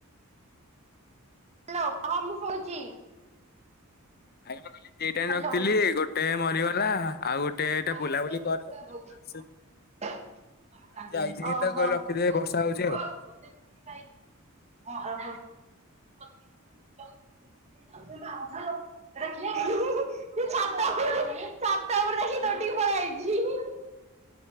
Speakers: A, on the right; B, on the left.
A: Hello. କହ ମୁଁ ଶୁଣୁଛି।
B: ଆରେ ମୁ କହିଲି, ଦଇ ଟାଇ
A: ହ୍ୟାଲୋ
B: ରଖିଥିଲି। ଗୋଟେ ମରିଗଲା। ଆଉ ଗୋଟେ
A: ତାଲି
B: ଏଟା ବୁଲାବୁଲି କର
A: ଦୁର୍ଟା
B: ଆସେ
A: ଭୌତି
B: ଆଜି ଆଇଛି କିନ୍ତୁ ତାକୁ
A: କୁମାର।
B: କହିଲି ରଖିଦେ ବର୍ଷା ହଉଛି ଆଉ
A: ଓ
B: ହଁ।
A: ହୋ। ଓ ଓହୋ। ଛାତ ଉପରକୁ ଦେଖିକି ତ ଟିକ ପଳେଇ ହେଇଛି।